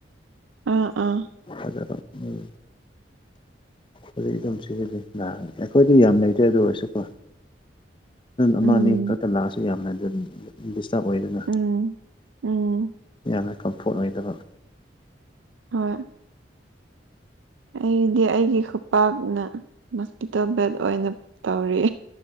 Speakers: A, on the right (about 85°); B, on the left (about 25°).
A: ꯑꯥ ꯑꯥ
B: ꯍꯖꯔꯣ ꯎꯝ ꯍꯧꯖꯤꯛ ꯑꯗꯨꯝ ꯁꯤꯖꯤꯜꯂꯤ ꯂꯥꯛ ꯑꯩꯈꯣꯏꯗꯤ ꯌꯥꯝ ꯂꯩꯇ꯭ꯔꯦ ꯑꯗꯨ ꯑꯣꯏꯔꯁꯨꯀꯣ ꯑꯃ
A: ꯎꯝ
B: ꯑꯅꯤ ꯈꯛꯇ ꯂꯥꯛꯑꯁꯨ ꯌꯥꯝꯅ ꯑꯗꯨ ꯑꯗꯨꯝ ꯗꯤꯁꯇꯔꯕ ꯑꯣꯏꯗꯅ
A: ꯎꯝ ꯎꯝ
B: ꯌꯥꯝꯅ ꯀꯝꯐꯣꯔꯠ ꯑꯣꯏꯗꯕ꯫
A: ꯍꯣꯏ ꯑꯩꯗꯤ ꯑꯩꯒꯤ ꯈꯨꯄꯥꯛꯅ ꯃꯣꯁꯀꯤꯇꯣ ꯕꯦꯠ ꯑꯣꯏꯅ ꯇꯧꯔꯤ